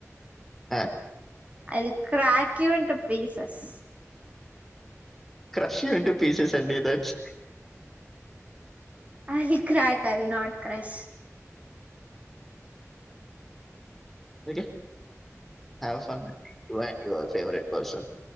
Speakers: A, in the centre; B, on the right (about 25°).
A: ఆ
B: I will crack you and piece bus
A: crush you అంటే pieces అండి that's
B: I crack all not crush
A: AK have some అండి when yours favourite person